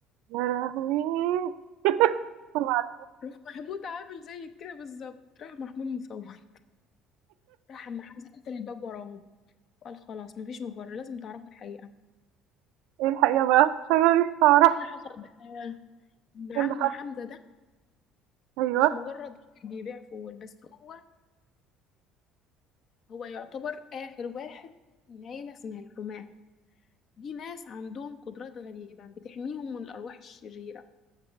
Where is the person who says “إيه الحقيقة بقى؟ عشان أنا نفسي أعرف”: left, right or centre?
Right